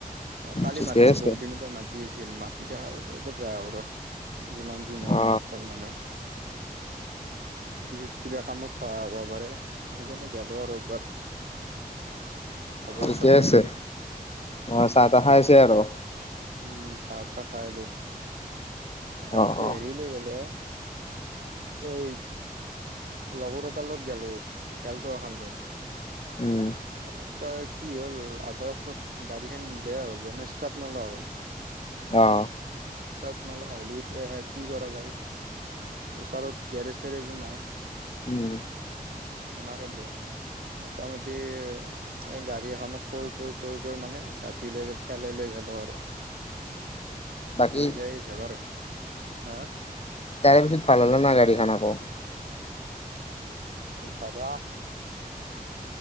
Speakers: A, on the right (about 75°); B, on the left (about 40°).
A: কালি
B: ঠিকে
A: মাতিলেক
B: আছে
A: বহুত দিনৰ পৰা মাতি আছিল মাত এতিয়া আহা হ'ল আৰু যাওঁ ৰহ যিমান যি নহওঁক
B: অ
A: মাছটো মানু ভিৰিট কিবা কামত সহায় হ'ব পাৰে। সেইকাৰণে গেলো আৰু একবাৰ। খবৰ
B: ঠিকে
A: এটা লৈ
B: আছে।
A: আহিলো
B: অ' চাহ তাহ খাই আহিছে আৰু
A: উম, চাহ তাহ খাই আহিলোঁ। যাওঁতে
B: অ অ
A: হেৰি লৈ গ'লো ঐ গাড়ীত লগৰ এটা লগত গেলো এলতো এখন লৈয়।
B: উম
A: আহ তই কি হ'ল আধা ৰাস্তাত গাড়ীখন বেয়া হ'ল ব্ৰেইনেছ ষ্টাৰ্ট নোলোৱা হ'ল
B: অহ'
A: ষ্টাৰ্ট নোলোৱা হলি এতিয়া কি কৰা যায়। ওচৰত গেৰেজ চেৰেজো নাই।
B: উম।
A: সেইনেকা বহুত মোটামুটি। এ গাড়ী এখান কৈ কৈ কৈ কৈ মানে গাঁঠি লৈ ঠেলে লৈ গ'লোঁ আৰু।
B: বাকী
A: লৈ যায় ভেবাৰ হা।
B: তাৰে পিছত ভাল হ'ল না নাই গাড়ীখান আকৌ?
A: <unintelligible>